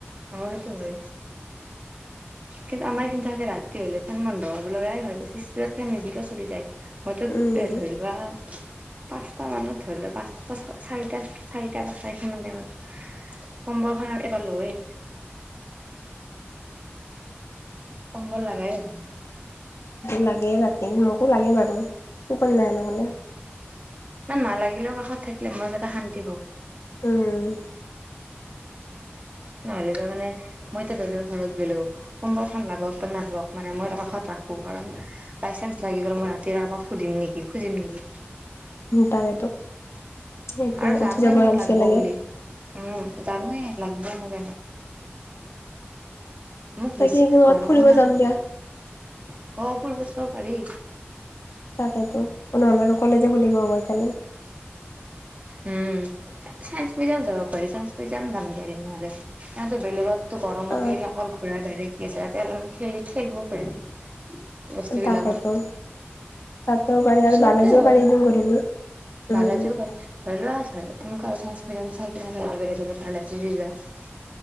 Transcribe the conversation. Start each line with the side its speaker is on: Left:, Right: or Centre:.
Right: অ' সেইটো হয়। কিন্তু আমাৰ এইন্ত আগে ৰাতি হলে ফেন বন্ধ হ'ব লগাই হয় বেছিত ফেন নিদিলে চলি যায়। মতে
Left: উম
Right: এ ধৰিবা
Left: <inaudible>
Right: পাঁচ মানত ধৰিলোৱা পাচ- পাচ চাৰি- চাৰিটা পাচটা এই খিনিমান টাইমত এবাৰ লয়েই
Left: <inaudible>
Right: কম্বল লগাই হ
Left: লাগেই ৰাতি মোকো লাগেই বাৰু টোপনি নাই নহ'লে।
Right: মানে নালাগিলেও কাষত থাকিলে মই এটা শান্তি পওঁ।
Left: উম,।
Right: নহলেবা মানে মই এতিয়া বেলেগৰ ঘৰত গ'লো কিম্বলখন লাগক বা নালাওক মানে মই কাষত ৰাখো কাৰণ বাই চানস লাগি গল মই ৰাতি কাৰবাক সুধিম নেকি খুজিম নেকি।
Left: তাকেতো এতিয়া
Right: আৰু জানোৱে
Left: উঠি যাব
Right: মোক
Left: আলচিয়া
Right: লাগব
Left: লাগে
Right: বুলি উম জানোৱে লাগিব মোক মোক
Left: বাকী
Right: বেছি
Left: এদিন ক'ৰবাত
Right: গৰমো
Left: ফুৰিব
Right: নালাগ
Left: যাম দিয়া
Right: অ' পব পাৰি।
Left: তাকেেতো ননেহলে আৰু কলেজে খুলিব হ'ব এফালে।
Right: উম চাইন্স মিউজিয়াম যাব পাৰি চায়স মিউজিয়াম যামগ নহ'লে সিহতো বেলেগত তো গৰমত
Left: অ
Right: দ অকল ঘূৰাই বাহৰে কি আছে তেতি অললে মমান খেলি খেলিব পাৰিম। বস্তু বিলাকত
Left: তাকেটো। তাতেও পাৰি
Right: ওচৰতে
Left: আৰু বালাজীও
Right: হয়।
Left: পাৰি একদিন ঘূৰিলো
Right: বালাজীও
Left: উম।
Right: পাৰি ধৰি লোৱা এনেকুৱা আৰু চাই চাই কি যোৱা <unintelligible>